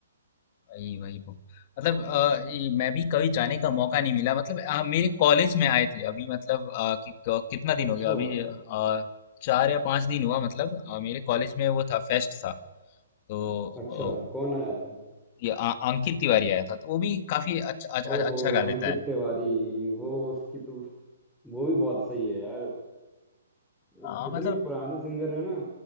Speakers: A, on the left (about 30°); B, in the centre.
A: वही वही वो। मतलब अ, ये मैं भी कभी जाने का मौका नहीं मिला मतलब अ, मेरे कॉलेज में आए थे अभी मतलब अ, कि क कितना दिन
B: अच्छा
A: हो गया अभी अ, 4 या 5 दिन हुआ मतलब अ, मेरे कॉलेज में वो था फेस्ट था। तो
B: अच्छा
A: अ,
B: कौन आया था
A: ये आ, अंकित तिवारी आया था तो वो भी काफी अच्छा अच्छा,
B: ओहो
A: अच्छा गा
B: अंकित
A: लेता है
B: तिवारी वो उसकी तो वो भी बहुत सही है यार
A: आ,
B: इस- जितने
A: मतलब
B: पुराने सिंगर है ना